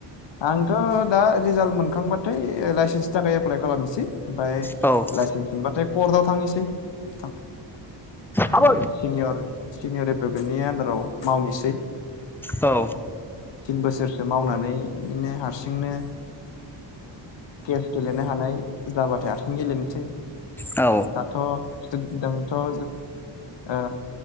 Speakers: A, on the left; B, in the centre.
A: आंथ दा रिजाल्ट मोनखांबाथाय इ लाइसेन्सनि थाखाय एप्लााय खालामनोसै ओमफ्राय
B: औ
A: मोनबाथाय कर्टआव थांनोसै थां
B: आबै
A: ओम सिनियर रेबकेटनि आन्दाराव मावनोसै
B: औ
A: थिन बोसोरसो मावनानै बिदिनो हारसिंनो केस गेलेनो हानाय जाबाथाय हारसिं गेलेनोसै
B: औ
A: जोंथ जों ओ